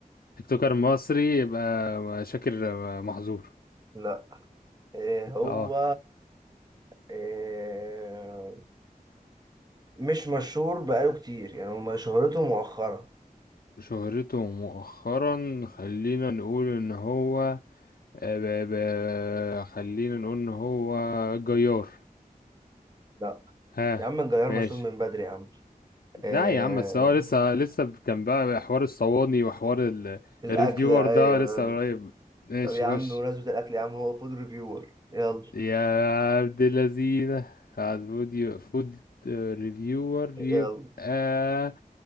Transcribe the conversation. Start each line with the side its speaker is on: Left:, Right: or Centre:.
Left: تيك توكر مصري يبقى شاكر محظور
Right: لا إيه هو
Left: اه
Right: آه، مش مشهور بقاله كتير يعني هو شهرته مؤخرة
Left: شهرته مؤخرا خلينا نقول ان هو آه، ب... ب... خلينا نقول ان هو جيار
Right: لا
Left: ها
Right: يا عم الجزائر
Left: ماشي
Right: مشهور من بدري يا عم آه،
Left: لا يا عم بس هو لسه لسه كان بقى حوار الصواني وحوار ال...
Right: الأكل
Left: الريفيور
Right: أيوه
Left: ده لسه
Right: أيوه.
Left: قريب ماشي
Right: طب يا عم
Left: خش
Right: بمناسبة الأكل يا عم هو فود ريفيور يلا
Left: يا عبد اللذينة فود فود ريفيور
Right: يلا
Left: يبقى